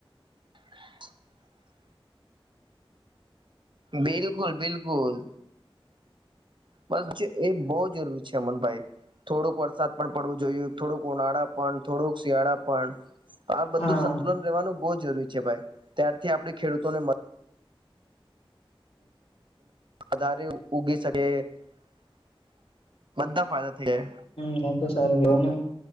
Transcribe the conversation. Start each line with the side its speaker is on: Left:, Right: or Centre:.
Right: <inaudible> બિલકુલ બિલકુલ! બસ એ બહુ જરૂરી છે. અમનભાઈ થોડુંક વરસાદ પણ પડવું જોયું, થોડુંક ઉનાળા પણ, થોડુંક શિયાળા પણ આ બધું
Left: હા
Right: સંતુલન રહેેવાનું બહુ જરૂરી છે. ભાઈ ત્યારથી આપણે ખેડૂતોને વધારે ઉગી શકે <inaudible> બધા ફાયદા. થઈ જાય
Left: હમ એ તો સારું કેવાનુ.